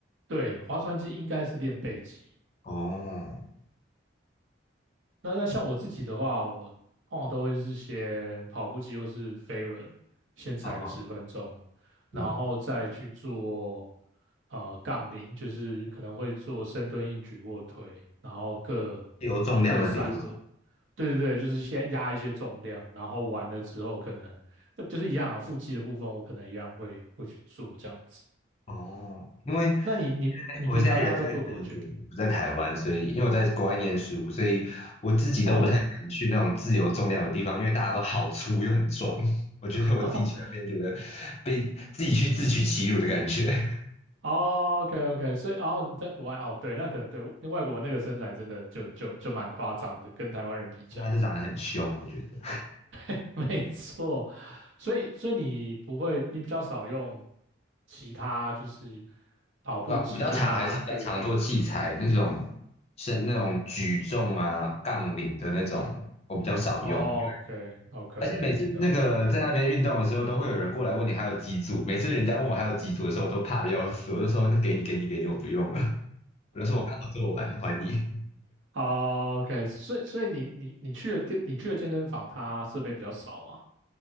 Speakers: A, on the right; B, on the left.
A: 对，划船机应该是练背肌。
B: 哦，
A: 那那像我自己的话，我往往都会是先跑步机或是飞轮，先踩个十分钟，
B: 哦，好
A: 然后再去做
B: 嗯，
A: 呃杠铃，就是可能会做深蹲、硬举、卧推，然后各
B: 自由重量那边吗。
A: 各三轮。对对对，就是先压一些重量，然后完了之后可能，但就是一样啊，腹肌的部分我可能一样会会去做这样子。
B: 哦，因为
A: 那你你你平常大概都做多久？
B: 我现在人在德国，不在台湾，所以因为我在国外念书，所以我自己都不太敢去那种自由重量的地方，
A: 哦，
B: 因为大家都好粗又很壮，<laughs> 我觉得我自己去那边觉得被自己去自取其辱的感觉，
A: <laughs>
B: <laughs>
A: 哦，OK OK，所以哦你在国外哦，对，那可能对，因为外国那个身材真的就就就蛮夸张的，跟台湾人比起来，
B: 大家都长得很凶，我觉得。
A: <laughs> 没错。所以所以你不会，你比较少用其他就是跑步机啊、
B: 对啊，我比较常还是比较常做器材那种，
A: 飞轮。
B: 是那种举重啊、杠铃的那种，我比较少用。
A: OK OK，
B: 而且每次那个在那边运动的时候，
A: 了解。
B: 都会有人过来问你还有几组。每次人家问我还有几组的时候，我都怕的要死，我就说那给你给你给你，我不用了。我就说我刚好做完还你。
A: 哦，OK，所以所以你你你去的健你去的健身房，它设备比较少嘛？